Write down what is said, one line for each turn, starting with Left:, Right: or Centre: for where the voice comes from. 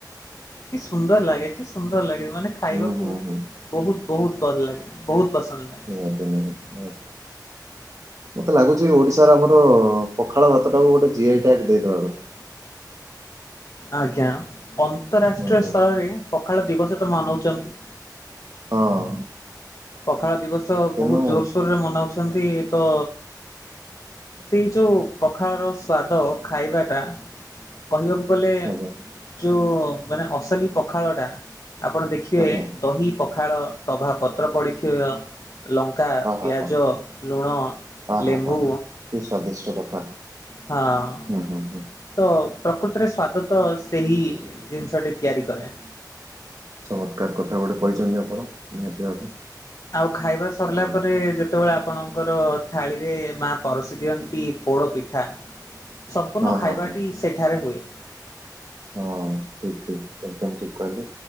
Left: କି ସୁନ୍ଦର ଲାଗେ କି ସୁନ୍ଦର ଲାଗେ ମାନେ ଖାଇବାକୁ।
Right: ହୁଁ ହୁଁ ହୁଁ
Left: ବହୁତ ବହୁତ ଭଲ ଲାଗେ ବହୁତ ପସନ୍ଦ ଲାଗେ।
Right: ନିହାତି ନିହାତି ନିହାତି। ମୋତେ ଲାଗୁଛି ଓଡ଼ିଶାର ଆମର ପଖାଳ ଭାତଟାକୁ ଗୋଟେ ଜି ଆଇ ଟ୍ୟାଗ ଦେଇଦବା କଥା।
Left: ଆଜ୍ଞା ଅନ୍ତରାଷ୍ଟ୍ରୀୟ
Right: ହଁ
Left: ସ୍ତରରେ ପଖାଳ ଦିବସ ତ ମନଉଛନ୍ତି
Right: ହଁ!
Left: ପଖାଳ ଦିବସ
Right: ତେଣୁ
Left: ବହୁତ ଜୋରସୋରରେ ମନାଉଛନ୍ତି ତ ସେଇ ଯୋଉ ପଖାଳ ର ସ୍ଵାଦ ଖାଇବା ଟା କହିବାକୁ ଗଲେ
Right: ଆଜ୍ଞା
Left: ଯୋଉ ମାନେ ଅସଲି ପଖାଳ ଟା ଆପଣ ଦେଖ ଖିବେ
Right: ଆଜ୍ଞା
Left: ଦହି ପଖାଳ ଟଭା ପତ୍ର ପଡିଥିବ ଲ ଙ୍କା
Right: ଆ ହା
Left: ପିଆଜ
Right: ହା
Left: ଲୁଣ
Right: ଆ ହା
Left: ଲେମ୍ବୁ
Right: ହା। କି ସ୍ଵାଦିଷ୍ଟ କଥା।
Left: ହଁ!
Right: ହୁଁ ହୁଁ ହୁଁ
Left: ତ ପ୍ରକୃତରେ ସ୍ଵାଦ ତ ସେହି ଜିନିଷଟି ତିଆରି କରେ।
Right: ଚମତ୍କାର କଥା ଗୋଟେ କହିଛନ୍ତି ଆପଣ ନିହାତି ଭାବେ।
Left: ଆଉ ଖାଇବା ସରିଲା
Right: ହୁଁ
Left: ପରେ ଯେତେବେଳେ ଆପଣଙ୍କର ଥାଳିରେ ମାଆ ପରସି ଦିଅନ୍ତି ପୋଡ଼ ପିଠା।
Right: <inaudible>
Left: ସମ୍ପୂର୍ଣ୍ଣ ଖାଇବାଟି
Right: ହଁ ହଁ
Left: ସେଠାରେ ହୁଏ।
Right: ହଁ ଠିକ୍ ଠିକ୍ ସ ବୁ ଠିକ କହିଲେ